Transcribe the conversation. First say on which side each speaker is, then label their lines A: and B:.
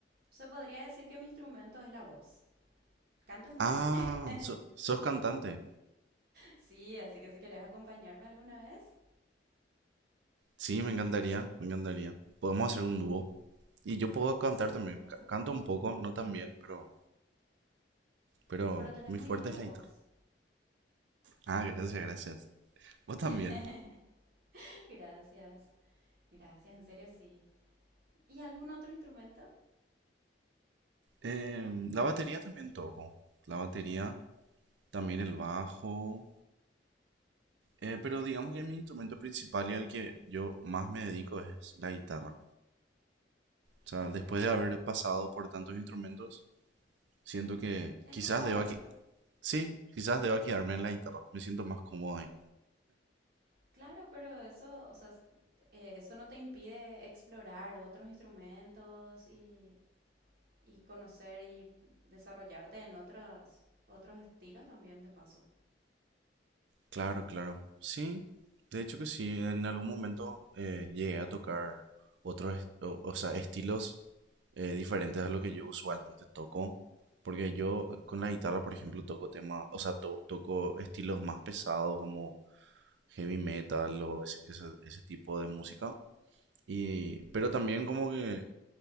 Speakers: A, on the right; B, on the right.
A: se podría decir que mi instrumento es la voz. Canto muy bien.
B: Ah,
A: <laughs>
B: so- sos cantante.
A: Sí, así que si querés acompañarme alguna vez.
B: Sí, me encantaría, me encantaría. Podemos hacer un dúo. Y yo puedo cantar
A: Sí,
B: también.
A: claro
B: ca-
A: que
B: Canto
A: sí.
B: un poco, no tan bien, pero, pero
A: Pero tenés
B: mi
A: muy
B: fuerte
A: linda
B: es la
A: voz.
B: guitarra. Ah, gracias, gracias. Vos
A: <laughs>
B: también.
A: Gracias. Gracias, en serio sí. ¿Y algún otro instrumento?
B: Em, la batería también toco. La batería, también el bajo. eh, pero digamos que mi instrumento principal y al que yo más me dedico es la guitarra. O sea,
A: Genial,
B: después de haber
A: genial.
B: pasado por tantos instrumentos, siento que
A: ¿Es
B: quizás
A: tu favorito?
B: deba que... Sí, quizás deba quedarme en la guitarra. Me siento más cómodo ahí.
A: Claro, pero eso, o sea, s- eh, eso no te impide explorar otros instrumentos y, y conocer y desarrollarte en otras, otros estilos también de paso.
B: Claro, claro. Sí, de hecho que sí, en algún momento eh, llegué a tocar otros, est- o, o sea, estilos eh, diferentes a lo que yo usualmente toco, porque yo con la guitarra, por ejemplo, toco temas, o sea, to- toco estilos más pesados como heavy metal o ese, ese- ese tipo de música, y, pero también como que